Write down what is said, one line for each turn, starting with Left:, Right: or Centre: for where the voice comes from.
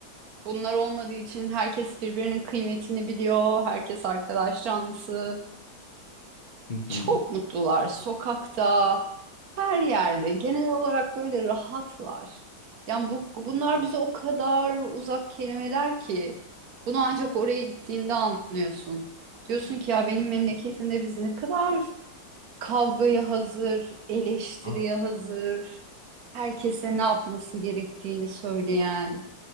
Right: bunlar olmadığı için herkes birbirinin kıymetini biliyor. Herkes arkadaş canlısı.
Left: hı hı.
Right: Çok mutlular. Sokakta, her yerde. Genel olarak böyle rahatlar. Yani bu, bunlar bize o kadar uzak kelimeler ki. Bunu ancak oraya gittiğinde anlıyorsun. Diyorsun ki ya benim memleketimde biz ne kadar kavgaya hazır, eleştiriye
Left: Ah.
Right: hazır, herkese ne yapması gerektiğini söyleyen,